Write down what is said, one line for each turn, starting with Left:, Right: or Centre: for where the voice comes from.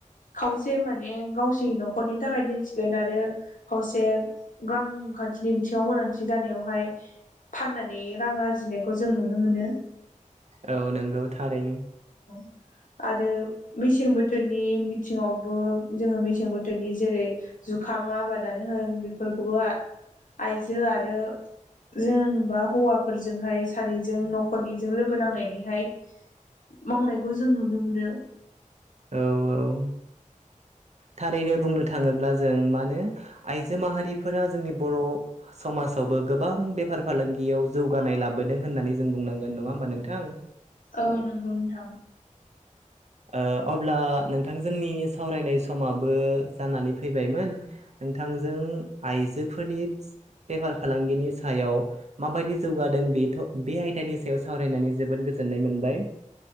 Left: खावसे माने गावसिनि न'खरनि थाखाय दोनथिगोन आरो खावसे गां खान्थिनि बिथिङाव गोनांथि जानायावहाय फाननानै रां आरजिनायखौ जों नुनो मोनो।
Right: औ नंगौ थारैनो।
Left: <unintelligible> आरो मेसें बोथोरनि बिथिङावबो जोङो मेसें बोथोरनि जेरै जुखाम नु आबादानो होन बेफोरखौबो आइजो आरो जेनेबा हौवाफोरजोंहाय सानैजों न'खरनिजों लोगो नांनायनिहाय मावनायखौ जों नुनो मोनो।
Right: औ औ थारैनो बुंनो थाङोब्ला जों मानो आइजो माहारिफोरा जोंनि बर' समाजावबो गोबां बे बेफार फालांगियाव जौगानाय लाबोदों होन्नानै जों बुंनांगोन नङा होमबा नोंथां?
Left: औ नोंगौ नोंथां।
Right: ओ अब्ला नोंथां जोंनि सावरायनाय समाबो जानानै फैबायमोन। नोंथांजों आइजोफोरनि बेफार फालांगिनि सायाव माबायदि जौगादों बेथ' बे आयदानि सायाव सावरायनानै जोबोद गोजोन। गोजोननाय मोनबाय